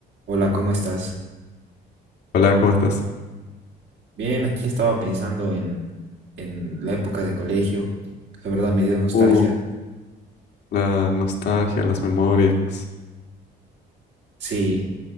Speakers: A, on the right; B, on the left.
A: Hola, ¿cómo estás?
B: Hola, ¿cómo estás?
A: Bien, aquí estaba pensando en, en la época de colegio. La verdad me dio nostalgia.
B: Uh, la nostalgia, las memorias.
A: Sí,